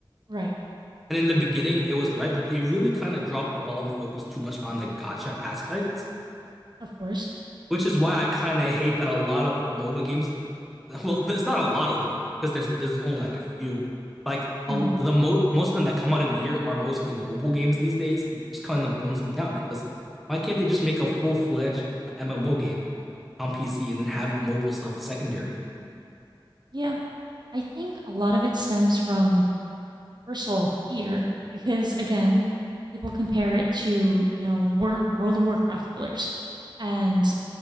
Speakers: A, on the right (about 55°); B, in the centre.
A: Right.
B: And in the beginning, it was right, but they really kind of dropped the ball and focused too much on the gacha aspect,
A: Of course.
B: which is why I kind of hate that a lot of MOBA games. <laughs> Well, there's not a lot of them because there's there's only like a few. Like a,
A: Mm-hmm.
B: the mo- most of them that come out in the year are mostly mobile games these days, and just kind of bums me out because why can't they just make a full fledged MMO game on PC and then have the mobile stuff secondary?
A: Yeah. I think a lot of it stems from, first of all, fear, because again, people compare it to, you know, Wor- World of Warcraft killers. And